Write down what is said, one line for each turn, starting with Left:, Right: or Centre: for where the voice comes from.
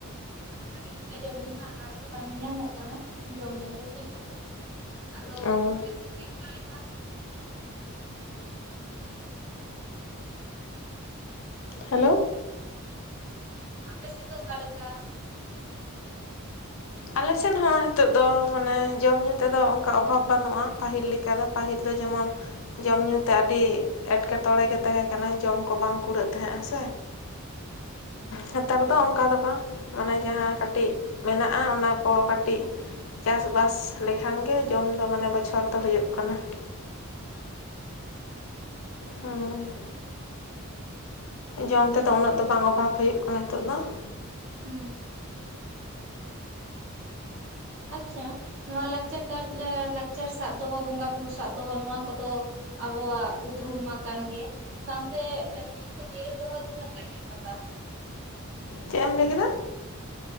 Right: ᱵᱟᱝ ᱯᱟᱹᱦᱤᱞ ᱞᱮᱠᱟ ᱡᱚᱢ-ᱧᱩ ᱨᱮᱱᱟᱜ ᱟᱱᱟᱴ ᱫᱚ ᱵᱟᱝ ᱧᱮᱧᱟᱢᱚᱜ ᱠᱟᱱᱟ ᱡᱚᱢ-ᱧᱩ ᱫᱚ ᱴᱷᱤᱠ ᱜᱮᱭᱟ ᱾ ᱟᱫᱚ
Left: ᱚ
Right: ᱟᱯᱮ ᱥᱮᱫ ᱜᱮ ᱚᱠᱟᱞᱮᱠᱟ?
Left: ᱦᱮᱞᱳ ᱾
Right: ᱟᱯᱮ ᱥᱮᱫ ᱫᱚ ᱚᱠᱟᱮᱠᱟ?
Left: ᱟᱞᱮ ᱥᱮᱫ ᱦᱚᱸ ᱱᱤᱛᱚᱜ ᱫᱚ ᱢᱟᱱᱮ ᱡᱚᱢᱼᱧᱩ ᱛᱮᱫᱚ ᱚᱱᱠᱟ ᱚᱵᱷᱟᱵᱽ ᱵᱟᱹᱱᱩᱜᱼᱟ ᱯᱟᱹᱦᱤᱞ ᱞᱮᱠᱟ ᱫᱚ ᱯᱟᱹᱦᱤᱞ ᱫᱚ ᱡᱮᱢᱚᱱ ᱡᱚᱢ ᱧᱩᱛᱮ ᱟᱹᱰᱤ ᱮᱴᱠᱮᱴᱚᱬᱮ ᱜᱮ ᱛᱟᱦᱮᱸ ᱠᱟᱱᱟ ᱡᱚᱢ ᱠᱚ ᱵᱟᱝ ᱠᱩᱲᱟᱹᱜ ᱛᱟᱸᱦᱮᱜ ᱦᱮᱸ ᱥᱮ
Right: ᱦᱩᱸ ᱾
Left: ᱱᱮᱛᱟᱨ ᱫᱚ ᱚᱱᱠᱟ ᱫᱚ ᱵᱟᱝ ᱢᱟᱱᱮ ᱡᱟᱦᱟᱸ ᱠᱟᱹᱴᱤᱡ ᱢᱮᱱᱟᱜᱼᱟ ᱚᱱᱟ ᱠᱚ ᱠᱟᱹᱴᱤᱡ ᱪᱟᱥ ᱵᱟᱥ ᱞᱮᱠᱷᱟᱱ ᱜᱮ ᱡᱚᱢ ᱫᱚ ᱢᱟᱱᱮ ᱵᱚᱪᱷᱚᱨ ᱫᱚ ᱦᱳᱭᱳᱜ ᱠᱟᱱᱟ ᱾ ᱦᱩᱸ, ᱡᱚᱢ ᱛᱮᱫᱚ ᱩᱱᱟᱹᱜ ᱫᱚ ᱵᱟᱝ ᱚᱵᱷᱟᱵᱽ ᱦᱳᱭᱳᱜ ᱠᱟᱱᱟ ᱱᱤᱛᱚᱜ ᱫᱚ ᱾
Right: ᱦᱩᱸ ᱾ ᱟᱪᱪᱷᱟ ᱱᱚᱣᱟ ᱞᱟᱠᱪᱟᱨ ᱠᱟᱨ ᱞᱟᱠᱪᱟᱨ ᱥᱟᱵ ᱫᱚᱦᱚ ᱵᱚᱸᱜᱟ ᱵᱩᱨᱩ ᱥᱟᱵ ᱫᱚᱦᱚ ᱱᱚᱣᱟ ᱠᱚᱫᱚ ᱾ ᱟᱵᱚᱣᱟᱜ ᱩᱯᱨᱩᱢ ᱢᱟ ᱠᱟᱱᱜᱮ ᱾ ᱥᱟᱶᱛᱮ ᱱᱩᱠᱩ ᱡᱤᱭᱟᱹᱲ ᱫᱚᱦᱚ ᱛᱤᱱᱟᱹᱜ ᱜᱟᱱ ᱡᱚᱛᱷᱟᱛᱟ
Left: ᱪᱮᱫ ᱮᱢ ᱞᱟᱹᱭ ᱠᱮᱫᱟ?